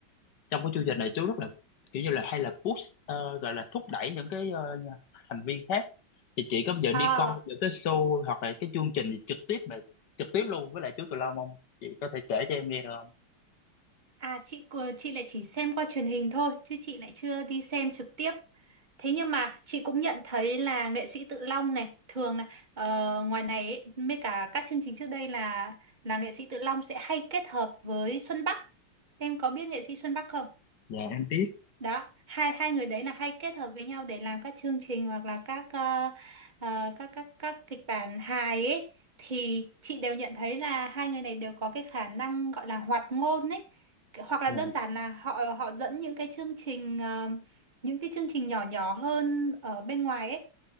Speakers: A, on the left; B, on the right.
A: trong cái chương trình này chú rất là kiểu như là hay là push ờ, gọi là thúc đẩy những cái ờ, thành viên khác thì chị có bao giờ
B: Ờ
A: đi coi những cái show hoặc là cái chương trình gì trực tiếp mà trực tiếp luôn với lại chú Tự Long không chị có thể kể cho em nghe được không
B: À chị cu- chị lại chỉ xem qua truyền hình thôi chứ chị lại chưa đi xem trực tiếp. Thế nhưng mà chị cũng nhận thấy là nghệ sĩ Tự Long này thường là ờ, ngoài này ấy, mấy cả các chương trình trước đây là là nghệ sĩ Tự Long sẽ hay kết hợp với Xuân Bắc. Em có biết nghệ sĩ Xuân Bắc không?
A: dạ em biết
B: đó hai hai người đấy là hay kết hợp với nhau để làm các chương trình hoặc là các ờ, ờ, các các các kịch bản hài ấy thì chị đều nhận thấy là hai người này đều có cái khả năng gọi là hoạt ngôn ấy Cái- hoặc là
A: dạ
B: đơn giản là họ họ dẫn những cái chương trình ờ, những cái chương trình nhỏ nhỏ hơn ở bên ngoài ấy